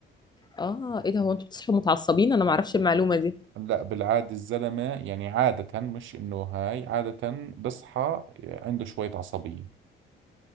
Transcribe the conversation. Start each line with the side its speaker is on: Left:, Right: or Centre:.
Left: اه ايه ده هو انتوا بتصحوا متعصبين انا ما اعرفش المعلومة دي
Right: لا بالعاده الزلمه يعني عاده مش انه هاي عاده بصحى عنده شويه عصبيه